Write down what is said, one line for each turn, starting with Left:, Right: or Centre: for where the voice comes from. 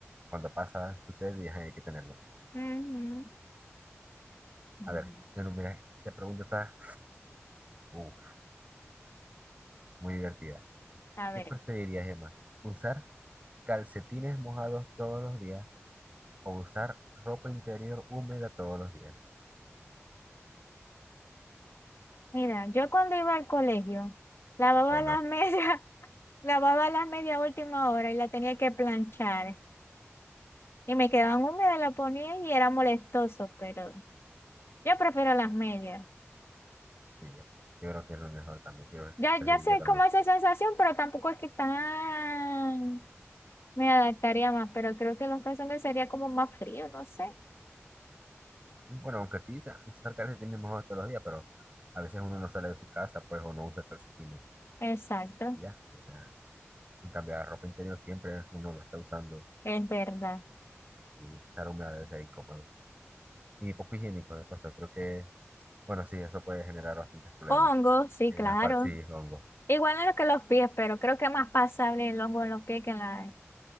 Right: cuando pasa, sucede y ajá, hay que tenerlo.
Left: Ujú. Mm.
Right: A ver, yo no, mira, esta pregunta está uf, muy divertida.
Left: A ver.
Right: ¿Qué preferirías, Emma? ¿Usar calcetines mojados todos los días? o usar ropa interior húmeda todos los días.
Left: Mira, yo cuando iba al colegio, lavaba
Right: O
Left: las
Right: no,
Left: medias, <laughs> lavaba las medias a última hora y la tenía que planchar. Y me quedaban húmedas, la ponía y era molestoso, pero yo prefiero las medias.
Right: sí, yo, yo creo que es lo mejor también, quiero
Left: Ya,
Right: preferiría
Left: ya sé
Right: también.
Left: cómo es esa sensación, pero tampoco es que tan me adaptaría más, pero creo que los calzones sería como más frío, no sé.
Right: Bueno, aunque aquí sa- usar calcetines mejor todos los días, pero a veces uno no sale de su casa, pues, o no usa calcetines,
Left: Exacto,
Right: y ya. O sea, en cambio, la ropa interior siempre uno la está usando
Left: es verdad.
Right: y estar húmeda debe ser incómodo. Y poco higiénico, de paso, creo que, bueno, sí, eso puede generar bastantes problemas
Left: Hongo, sí,
Right: en
Left: claro.
Right: las partes, sí, hongo.
Left: Igual en lo que los pies, pero creo que es más pasable el hongo en los pies que en la,